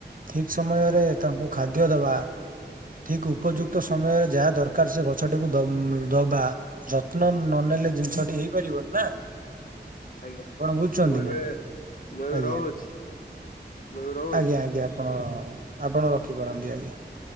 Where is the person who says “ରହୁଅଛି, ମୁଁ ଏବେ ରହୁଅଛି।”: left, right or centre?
Left